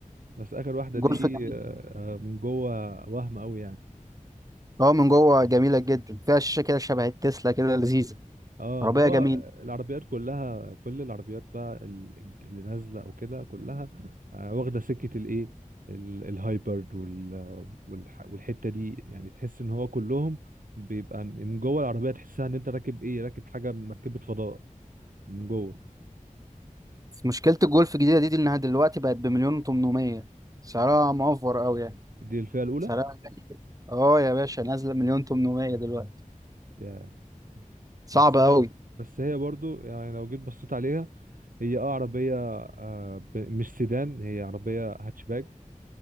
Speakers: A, on the right; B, on the right.
A: بس اخر واحده
B: جولف
A: دي
B: جميل
A: آه، آه، من جوه وهم قوي يعني
B: اه من جوه جميلة جدا فيها شاشة كده شبه التسلا كده لذيذة
A: اه
B: عربية
A: ما هو
B: جميلة
A: العربيات كلها كل العربيات بقى ال- اللي نازله او كده كلها آه، واخده سكه الايه ال- الهايبرد وال والح- والحته دي يعني تحس ان هو كلهم بيبقى من جوه العربيه تحسها ان انت راكب ايه راكب حاجه من مركبه فضاء من جوه
B: بس مشكلة الجولف الجديدة دي, دي إنها دلوقتي بقت بمليون وتمنمية سعرها موفر أوي يعني
A: دي الفئه الاولى
B: سعرها غالي. اه يا باشا نازلة مليون تمنمية دلوقتي
A: يا.
B: صعب
A: بس
B: أوي
A: هي بس هي برضو يعني لو جيت بصيت عليها هي اه عربية آه ب- مش سيدان هي عربية هاتشباك